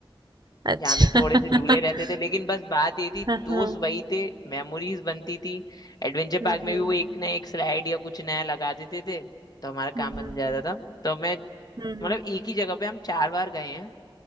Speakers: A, on the right (about 50°); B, on the left (about 45°).
A: अच्छा
B: यहाँ पे थोड़े
A: <laughs>
B: से झूले रहते थे लेकिन बस बात ये थी
A: हाँ,
B: दोस्त
A: हाँ,
B: वही थे मेमोरीज बनती थी एडवेंचर पार्क
A: हम्म
B: में
A: हम्म
B: भी वो एक ना एक स्लाइड या कुछ नया लगा देते थे तो हमारा
A: हम्म
B: काम बन
A: हम्म,
B: जाता था तो मैं
A: हम्म,
B: मतलब एक ही जगह पे हम चार बार गए हैं